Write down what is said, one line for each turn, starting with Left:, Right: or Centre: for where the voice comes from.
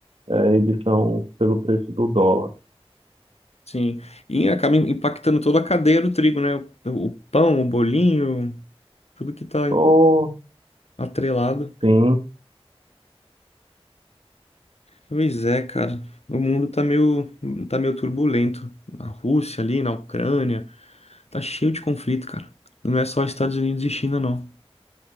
Right: é, eles são pelo preço do dólar.
Left: sim. E acaba impactando toda a cadeia do trigo, né? O, o pão, o bolinho. Tudo que tá
Right: Ou,
Left: atrelado.
Right: sim,
Left: Pois é, cara. O mundo tá meio, tá meio turbulento. Na Rússia ali, na Ucrânia, tá cheio de conflito, cara. Não é só Estados Unidos e China, não.